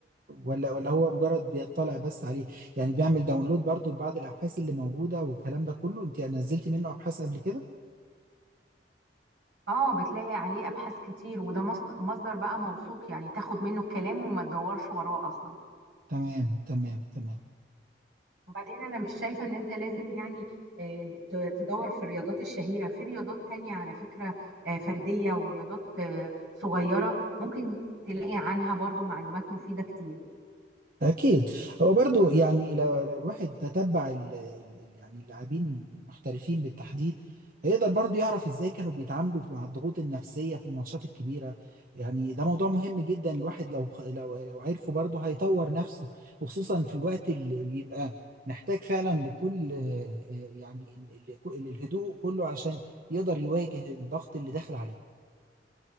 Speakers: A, on the right; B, on the right.
A: ولا ولا هو مجرد بيطلع بس عليه يعني بيعمل داونلود برضو لبعض الأبحاث اللي موجودة والكلام ده كله أنت نزلت منه أبحاث قبل كده؟
B: اه بتلاقي عليه ابحاث كتير وده مص- مصدر بقى موثوق يعني تاخد منه الكلام وما تدورش وراه اصلا
A: تمام تمام تمام
B: وبعدين انا مش شايفه ان انت لازم يعني آه، ت- تدور في الرياضات الشهيره في رياضات تانية على فكره آه، فرديه ورياضات آه، صغيره ممكن تلاقي عنها برضو معلومات مفيده كتير
A: أكيد هو برضو يعني لو, لو الواحد تتبع ال ال يعني اللاعبين المحترفين بالتحديد هيقدر برضو يعرف إزاي كانوا بيتعاملوا مع الضغوط النفسية في الماتشات الكبيرة يعني ده موضوع مهم جدا الواحد لو خ- لو لو عرفه برضو هيطور نفسه وخصوصا في الوقت اللي بيبقى محتاج فعلا لكل آه، آه، يعني ال- ال- كل- الهدوء كله عشان يقدر يواجه الضغط اللي داخل عليه